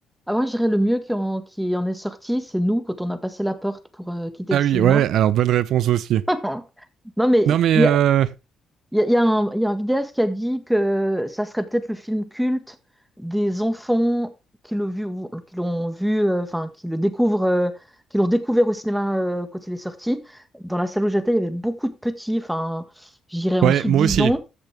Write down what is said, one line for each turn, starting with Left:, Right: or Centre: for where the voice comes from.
Centre: Avant, je dirais le mieux qui en, qui en est sorti, c'est nous quand on a passé la porte pour euh, quitter
Right: Ah
Centre: le cinéma.
Right: oui, ouais, alors bonne réponse aussi.
Centre: <laughs> Non, mais
Right: Non mais
Centre: il
Right: euh,
Centre: y Il y a, il y a un, il y a un vidéaste qui a dit que ça serait peut-être le film culte des enfants qui l'ont vu, qui l'ont vu, euh, enfin, qui le découvrent, euh, qui l'ont découvert au cinéma euh, quand il est sorti. Dans la salle où j'étais, il y avait beaucoup de petits, enfin, je dirais en
Right: ouais,
Centre: dessous
Right: moi
Centre: de 10
Right: aussi.
Centre: ans.